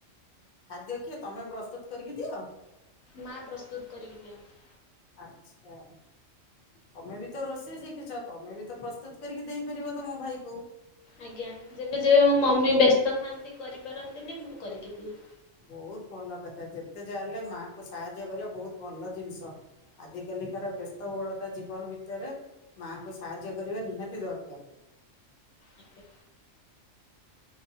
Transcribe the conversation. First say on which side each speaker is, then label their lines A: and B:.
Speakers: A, on the left; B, on the left.
A: ଖାଦ୍ୟ କିଏ ତମେ ପ୍ରସ୍ତୁତ କରିକି ଦିଅ?
B: ମା ପ୍ରସ୍ତୁତ କରିିକି ଦିଅନ୍ତି।
A: ଆଚ୍ଛା ତମେ ବି ତ ରୋଷେଇ ଶିଖିଛ ତମେ ବି ତ ପ୍ରସ୍ତୁତ କରିକି ଦେଇପାରିବ ତମ ଭାଇ କୁ?
B: ଆଜ୍ଞା ଯେବେ ଯେବେ ମୋ ମମି ବ୍ୟସ୍ତ ଥାନ୍ତି କରିପାରନ୍ତିନି ମୁଁ କରିକି ଦିଏ।
A: ବହୁତ ଭଲ କଥା ଯେତେ ଯା ହେଲେ ମାଆଙ୍କୁ ସାହାଯ୍ୟ କରିବା ବହୁତ ଭଲ ଜିନିଷ। ଆଜି କାଲିକାର ବ୍ୟସ୍ତ ବହୁଳତା ଜୀବନ ଭିତରେ ମାଙ୍କୁ ସାହାଯ୍ୟ କରିବା ନିହାତି ଦରକାର।
B: ଆଜ୍ଞା